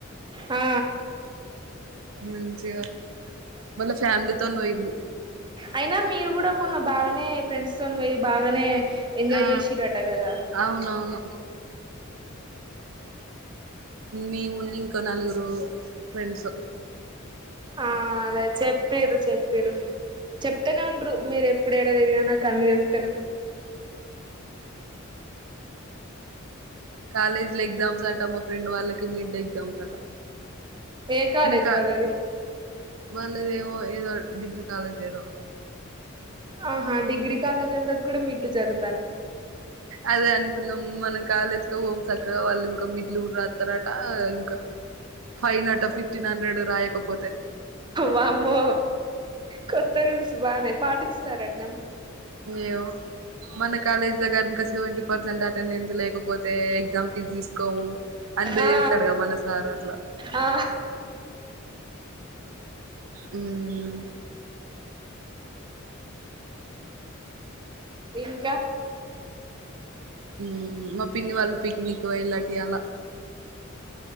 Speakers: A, on the right; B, on the right.
A: ఆ
B: మంచిగా వాళ్ళ ఫ్యామిలీతోన్ పోయింది
A: అయినా మీరు గుడా మొన్న బాగానే ఫ్రెండ్స్తోన్ పోయి బాగానే ఎంజాయ్
B: ఆ
A: చేసిరట కదా
B: అవునవును మేమున్న ఇంకో నలుగురు ఫ్రెండ్స్
A: ఆ అదే చెప్పింరు చెప్పింరు చెప్తనే ఉంటరు మీర్ ఎప్పు ఏడ తిరిగినా నాక్ అన్ని తెల్
B: కాలేజ్లో ఎగ్జామ్ మా ఫ్రెండ్ వాళ్ళకి మిడ్ ఎగ్జామ్స్ అట
A: ఏ కాలేజ్
B: ఇంకా
A: వాళ్ళది
B: వాళ్ళదేమో ఏదో డిగ్రీ కాలేజ్ ఏదో
A: ఆహా డిగ్రీ కాలేజ్ల్లోకి కూడా మిడ్లు జరుగు
B: అదే అనుకున్నాం మనం కాలేజ్కే పోము స క్కగా వాల్ ఇంకా మిడ్ లు రాస్తారట ఇంకా ఫైన్ అట ఫిఫ్టీన్ హండ్రెడ్ రాయకపోతే
A: వామ్మో కొత్త రూల్స్ బానే పాటించుతాన్రట్
B: ఏమో మన కాలేజల గనక సెవెంటీ పర్సెంట్ అ అటెండెన్స్ లేకపో తే ఎగ్జామ్ ఫీజ్ తీసుకోము అని బేదిరిస్తాడుగా
A: ఆ
B: మన సార్ అట్లా
A: ఆ
B: మ్
A: ఇంకా
B: మ్ మా పిన్ని వాళ్ళు పిక్నిక్ పోయిన్లట ఇయాల